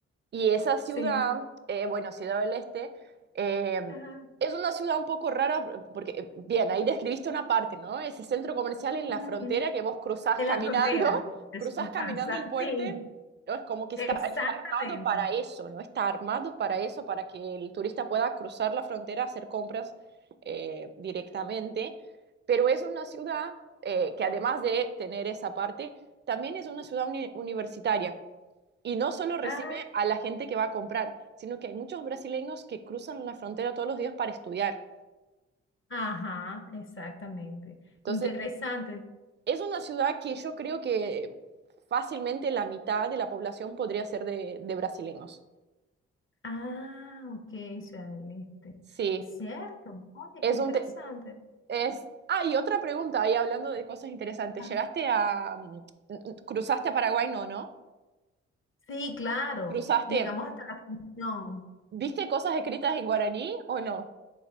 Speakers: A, on the right; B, on the left.
A: Y esa ciudad,
B: sí.
A: eh, bueno, Ciudad del Este, eh,
B: Ajá.
A: es una ciudad un poco rara, porque, eh, bien, ahí describiste una parte, ¿no? Ese centro comercial en
B: Ujú.
A: la frontera que vos cruzás
B: En
A: caminando,
B: la frontera.
A: <laughs>
B: Eso
A: cruzás caminando
B: pasa.
A: el puente,
B: Sí,
A: ¿no? Es como que
B: exactamente.
A: está, está armado para eso, ¿no? Está armado para eso, para que el turista pueda cruzar la frontera, hacer compras eh, directamente. Pero es una ciudad eh, que además de tener esa parte, también es una ciudad uni- universitaria. Y no solo recibe
B: Ah,
A: a la gente que va a comprar, sino que hay muchos brasileños que cruzan la frontera todos los días para estudiar.
B: ajá, exactamente.
A: Entonces,
B: Interesante.
A: es una ciudad que yo creo que fácilmente la mitad de la población podría ser de, de brasileños.
B: Ah, ok, Ciudad del Este.
A: Sí,
B: Cierto. Oye,
A: es
B: qué interesante.
A: un... te- es... Ah, y otra pregunta, ahí hablando de cosas interesantes.
B: Ah,
A: ¿Llegaste a... mm, ¿Cruzaste a Paraguay? No, ¿no?
B: sí, claro.
A: ¿Cruzaste?
B: Llegamos hasta la función.
A: ¿Viste cosas escritas en guaraní o no?